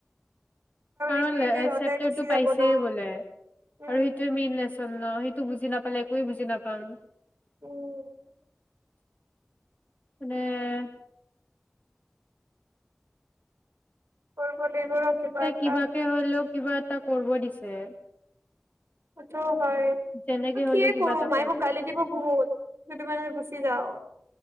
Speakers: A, on the left; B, on the right.
A: কাৰণ
B: এইখিনিতে
A: এ-চেপটাৰটো
B: ইহঁতে গুচি যাব
A: পাইছেই
B: ন
A: বোলে, আৰু
B: উম
A: সেইটোৱে মেইন লেচ সেইটো বুজি নাপালে, একোৱে বুজি নাপাম।
B: উম।
A: <unintelligible>
B: কৰিব লাগিব ৰ কিবা
A: ত'
B: এটা
A: কিবাকে হ'লেও কিবা এটা কৰব দিছে।
B: <unintelligible> হয়,
A: যেনেকে হলেও
B: কিয়ে
A: কিবা
B: কৰো
A: এটা
B: মায়ে
A: কৰিব
B: মোক গালি
A: দিছে
B: দিব বহুত যদি <unintelligible> <unintelligible>